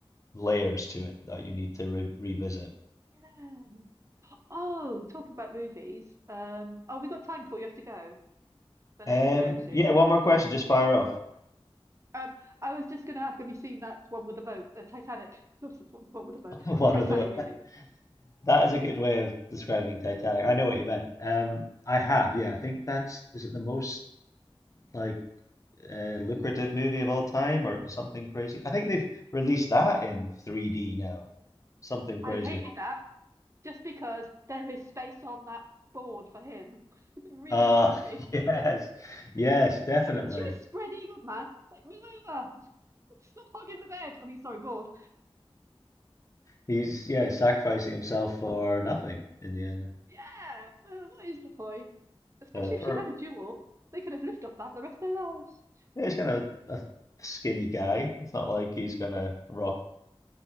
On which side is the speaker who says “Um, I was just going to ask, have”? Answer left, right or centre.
Right